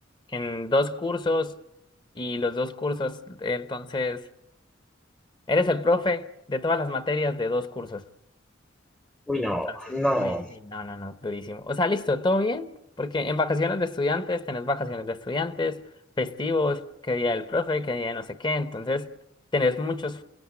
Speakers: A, on the left; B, in the centre.
A: en dos cursos y los dos cursos, entonces. Eres el profe de todas las materias de dos cursos.
B: Uy, no,
A: Entonces,
B: no,
A: uy, sí, no, no, no, durísimo. O sea, listo, todo bien, porque en vacaciones de estudiantes tenés vacaciones de estudiantes, festivos, qué día del profe, qué día de no sé qué. Entonces, tenés muchos